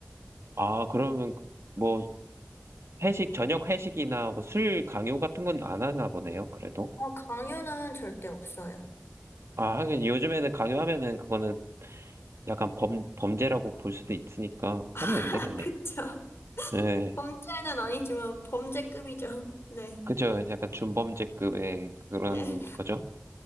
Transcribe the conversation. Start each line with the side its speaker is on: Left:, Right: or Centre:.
Right: 아, 그러면 뭐 회식, 저녁 회식이나 뭐술 강요 같은 건 안 하나 보네요, 그래도.
Left: 어, 강요는 절대 없어요.
Right: 아, 하긴 요즘에는 강요하면은 그거는 약간 범, 범죄라고 볼 수도 있으니까
Left: 아,
Right: 하면 안 되겠네.
Left: <laughs> 그쵸.
Right: 네,
Left: 범죄는 아니지만 범죄급이죠. 네,
Right: 그죠. 약간 준범죄급의 그런
Left: 네,
Right: 거죠.